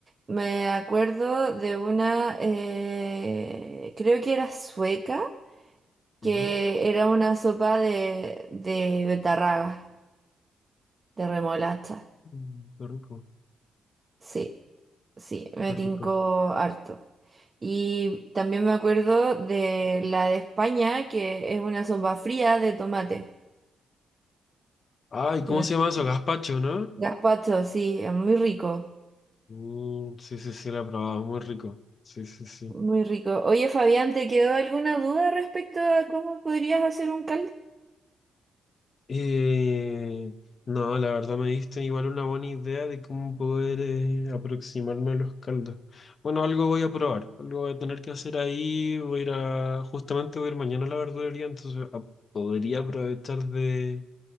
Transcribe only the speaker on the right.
me acuerdo de una, eh, creo que era sueca,
que era una sopa de, de betarraga, de remolacha.
Sí. Sí, me
tincó harto. Y también me acuerdo de la de España, que es una sopa fría de tomate.
Que-
Gazpacho, sí, es muy rico,
muy rico. Oye, Fabián, ¿te quedó alguna duda respecto a cómo podrías hacer un caldo?